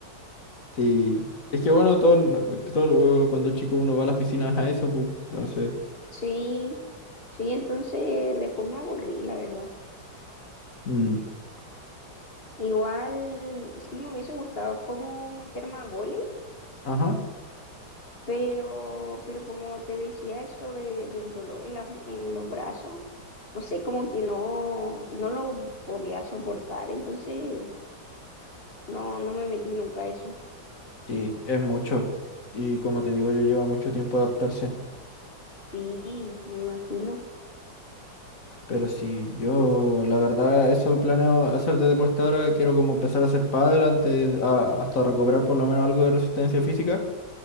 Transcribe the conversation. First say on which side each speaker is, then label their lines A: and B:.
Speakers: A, on the left; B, on the left.
A: sí. Es que bueno, todo, todo cuando chico uno va a las piscinas a eso, pues, entonces.
B: Sí, sí, entonces después me aburrí, la verdad.
A: mm,
B: Igual sí me hubiese gustado como meterme a vóley,
A: Ajá.
B: Pero, pero como te decía, eso de, del dolor en las, en los brazos, no sé, como que no, no lo podía soportar, entonces no, no me metí nunca a eso.
A: Sí, es mucho. Y como te digo, yo lleva mucho tiempo adaptarse.
B: Sí, me imagino.
A: Pero sí, yo la verdad, eso planeo hacer de deporte ahora. Quiero como empezar a hacer pádel antes, a- hasta recuperar por lo menos algo de resistencia física.